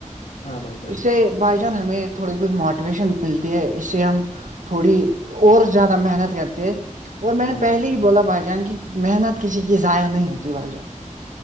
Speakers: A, on the left (about 80°); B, on the right (about 75°).
A: ہاں بھائی جان
B: اس سے بائی جان ہمیں تھوڑی بہت موٹیویشن ملتی ہے اس سے ہم تھوڑی اور زیادہ محنت کرتے اور میں
A: ہاں
B: نے
A: بھائی
B: پہلے ہی بولا بھائی جان کی محنت کسی کی ضائع نہیں ہوتی بھائی جان